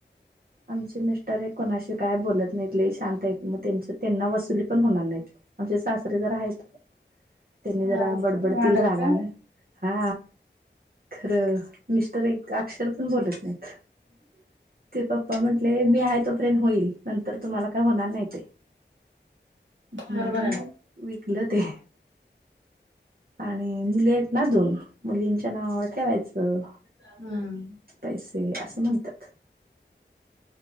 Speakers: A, on the right; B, on the right.
A: आमचे मिस्टर आहे कोणाशी काय बोलत नाहीत. लय शांत आहेत मग त्यांच्या त्यांना वसुली पण होणार नाहीत. आमचे सासरे जरा आहेत.
B: <unintelligible>
A: त्यांनी जरा बडबडतील
B: वांडत
A: रागा
B: का
A: ना हा खरं मिस्टर एक. ते अक्षर पण बोलत नाहीत ते प् पप्पा म्हंटले मी आहे, तो प्रेंत होईल नंतर तुम्हाला काय होणार नाही ते. म्हणून
B: बरोबर आहे
A: मग विकलं ते. आणि मुली आहेत ना दोन मुलींच्या नावावर ठेवायचं.
B: हम्म
A: पैसे असं म्हणतात.